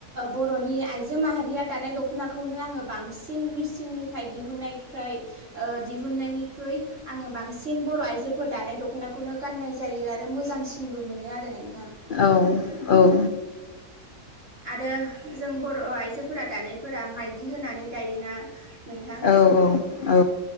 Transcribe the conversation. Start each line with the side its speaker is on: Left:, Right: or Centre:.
Right: बर'नि आइजो माहारिया दानाय दख'नाखौनो आंङो बांसिन मिसिननिफ्राय दिहुननायखाय दिहुननायनिख्रुइ आंङो बांसिन बर' आइजोफोर दानाय दख'नाखौनो गाननाय जायो आरो मोजांसिनबो मोनो आरो नों
Left: औ औ।
Right: आरो जों बर' आइजोफोरा दानायफोरा माइदि होनानै दायोना नोंथां
Left: औ औ